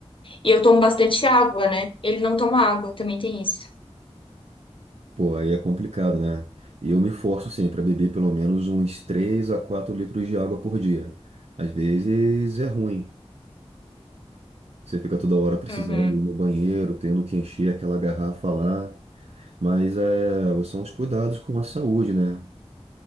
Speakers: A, on the left; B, on the right.
A: E eu tomo bastante água, né? Ele não toma água, também tem isso.
B: Pô, aí é complicado, né? E eu me forço sempre a beber pelo menos uns 3 a 4 litros de água por dia. Às vezes é ruim. Você fica toda hora precisando
A: Uhum.
B: ir no banheiro, tendo que encher aquela garrafa lá. Mas é, são os cuidados com a saúde, né?